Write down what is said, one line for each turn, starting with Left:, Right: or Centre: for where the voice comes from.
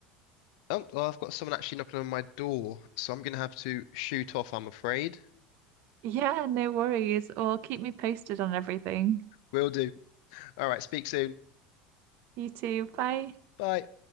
Left: Oh, well, I've got someone actually knocking on my door, so I'm gonna have to shoot off, I'm afraid.
Right: Yeah, no worries. Well, keep me posted on everything.
Left: Will do. All right, speak soon.
Right: You too. Bye.
Left: Bye.